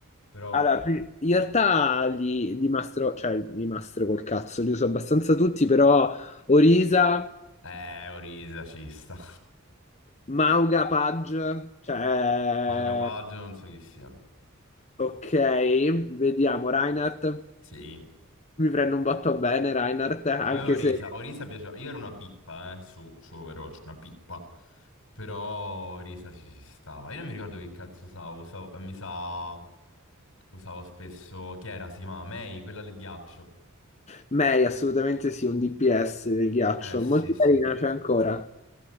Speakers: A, on the left; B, on the left.
A: però...
B: Allora, pri- in realtà li, li mastro, cioè li mastro col cazzo, li uso abbastanza tutti, però Orisa,
A: Eh, Orisa ci sta.
B: Mauga, Page, cioè...
A: <laughs> Mago Paggio non so chi siano.
B: Ok, vediamo, Reinhardt,
A: Sì.
B: mi prendo un botto bene Reinhardt, anche
A: A me Orisa,
B: se
A: Orisa piaceva... Io ero una pippa, eh, su, su Overwatch, una pippa. Però Orisa ci si stava. Io non mi ricordo che cazzo usavo, usavo... eh, Mi sa... Usavo spesso... Chi era? Si chiamava May, quella del ghiaccio.
B: Mei assolutamente sì, un DPS del ghiaccio,
A: Eh, sì,
B: molto
A: sì.
B: carina, c'è ancora.